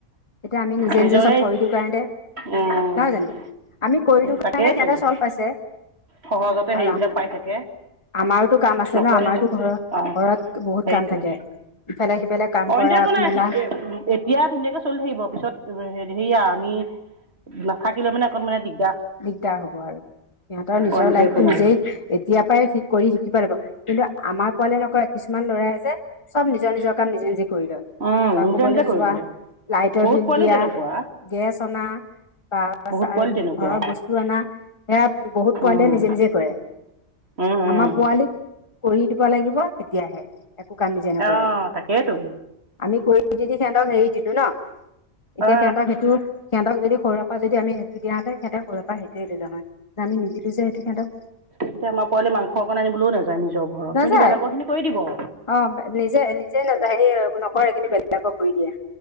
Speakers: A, on the left; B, on the right.
A: তেতিয়া আমি নিজে-
B: নিজৰে
A: নিজে চব কৰি দিওঁ কাৰণতে
B: উম
A: নহয় জানো? আমি কৰি দিও কাৰণে
B: তাকেইতো
A: সিহঁতে চল পাইছে।
B: সহজতে
A: আৰু
B: হেৰিবিলাক পাই থাকে
A: আমাৰোটো কাম আছে
B: নকৰে
A: ন। আমাৰটো
B: যে
A: ঘৰৰ
B: অ
A: ঘৰত বহুত
B: সেইটোৱে
A: কাম থাকে ইফালে সিফালে কাম
B: অইনটো
A: কৰা
B: একো নাই
A: মেলা
B: এতিয়া ধুনীয়াকে চলি থাকিব পিছত সেয়া আমি নাথাকিলে মানে অকনমানানে দি
A: দিগদাৰ হব আৰু সিহঁতৰ নিজৰ
B: অইনটো
A: লাইফটো
B: একো নাই
A: নিজেই এতিয়াৰ পৰাই শ কৰি শ কিবা লাগিব কিন্তু আমাৰ পোৱালে নকয় কিছুমান ল'ৰাই যে চব নিজৰ নিজৰ কাম নিজে নিজে কৰি লয়
B: উম
A: বা
B: নিজে
A: ক'বলৈ
B: নিজে কৰি
A: যোৱা
B: লয়
A: লাইটৰ
B: বহুত
A: বিল
B: পোৱালি
A: দিয়া
B: তেনেকুৱা
A: গেছ অনা বছ
B: বহুত পোৱালি
A: আহ
B: তেনেকুৱা
A: ঘৰৰ বস্তু অনা সেয়া বহুত পোৱালিয়ে
B: উম
A: নিজে নিজে কৰে
B: উম উম
A: আমাৰ পোৱালী কৰি দিব লাগিব তেতিয়াহে একো কাম নিজে নক
B: অ তাকেইতো
A: আমি কৰি স সিহঁতক হেৰি দিলো ন এতিয়া
B: অ
A: সিহঁতক সেইটো সিহঁক যদি সৰে পৰা যদিমি সেইটো দাঁতে সহতে সৰেৰ পৰা সটোৱ ল হয় আমি নিজে য সহঁতি সহঁতক
B: এতিয়া আমাৰ পোৱালি মাংস অকণ আনিবলৈও নাযায় নিজৰ ঘৰত
A: নাযায়
B: কিন্তু বেলেগৰ খিনি কৰি দিব
A: অ নিজে নিজে সে নকৰে কিন্তু বেলেগক কৰি দিয়া